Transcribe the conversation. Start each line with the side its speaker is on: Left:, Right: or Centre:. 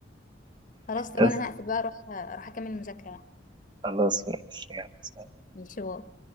Left: خلاص طب
Right: بس
Left: انا هقفل بقى اروح اروح اكمل مذاكرة بقى
Right: خلاص ماشي يلا، سلام.
Left: ماشي باي